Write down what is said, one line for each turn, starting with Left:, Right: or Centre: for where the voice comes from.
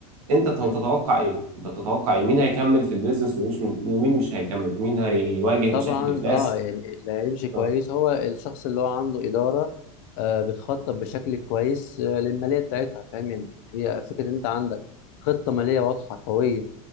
Right: انت تتوقع
Left: مم.
Right: ايه بتتوقع ايه مين هيكمل في البيزنس ومش من... ومين مش هيكمل مين هيواجه مشاكل
Left: طبعا
Right: افلاس
Left: اه يعني اللي هيمشي كويس
Right: اه
Left: هو الشخص اللي هو عنده اداره آه بتخطط بشكل كويس آه للماليه بتاعتها فاهم يعني هي فكره ان انت عندك خطه ماليه واضحه قويه